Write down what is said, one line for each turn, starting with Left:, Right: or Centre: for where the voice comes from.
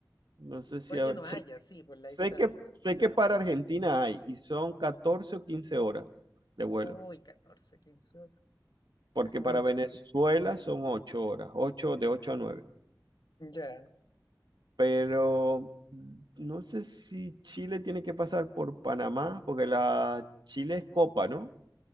Right: No sé si
Left: Puede
Right: habrá-
Left: que no
Right: sé,
Left: haya, sí, por la
Right: sé
Left: distancia
Right: que
Left: también.
Right: sé que para Argentina hay y son 14 o 15 horas de vuelo,
Left: Uy, 14 15 horas.
Right: porque
Left: Es mucho.
Right: para Venezuela son 8 horas, ocho de ocho a nueve
Left: Ya.
Right: Pero mm, no sé si Chile tiene que pasar por Panamá, porque la Chile es Copa, ¿no?